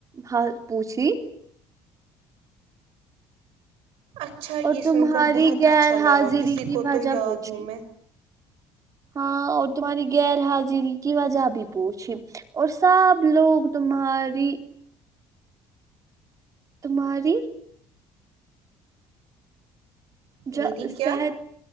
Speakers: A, on the right; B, on the right.
A: حال پوچھی
B: اچھا یہ
A: اور تمہاری
B: سن کر بہت
A: غیر
B: اچھا
A: حاضری
B: لگا کسی
A: کی
B: کو
A: وجہ
B: تو یاد
A: پوچھی
B: ہوں میں
A: ہاں اور تمہاری غیر حاضیری کی وجہ بھی پوچھی اور سب لوگ تمہاری تمہاری
B: میری
A: جو صحت
B: کیا